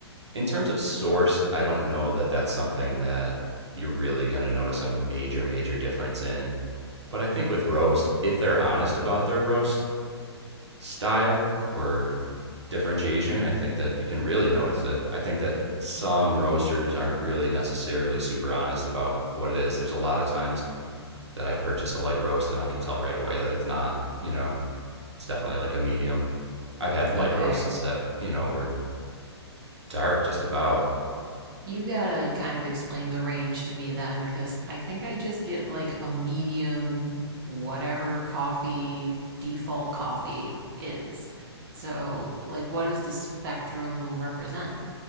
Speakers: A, on the right; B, on the right.
A: in terms of source, I don't know that that's something that you're really going to notice a major, major difference in. But I think with roast, if they're honest about their roast style or differentiation, I think that you can really notice it. I think that some roasters aren't really necessarily super honest about what it is. There's a lot of times that I purchase a light roast and I can tell right away that it's not, you know, it's definitely like a medium. I've had light
B: Okay.
A: roasts that, you know, were dark just about
B: You've got to kind of explain the range to me then, because I think I just get like a medium, whatever coffee, default coffee is. So, like, what does the spectrum represent?